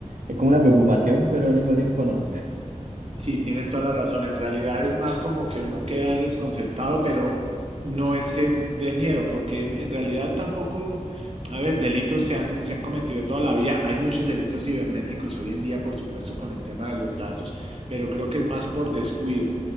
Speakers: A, on the right (about 80°); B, on the right (about 50°).
A: es como una preocupación, pero al mismo tiempo no.
B: Sí, tienes toda la razón. En realidad es más como que uno queda desconcertado, pero no es que de miedo, porque en en realidad tampoco, a ver, delitos se han, se han cometido toda la vida. Hay muchos delitos cibernéticos hoy en día, por supuesto, con el tema de los datos, pero creo que es más por descuido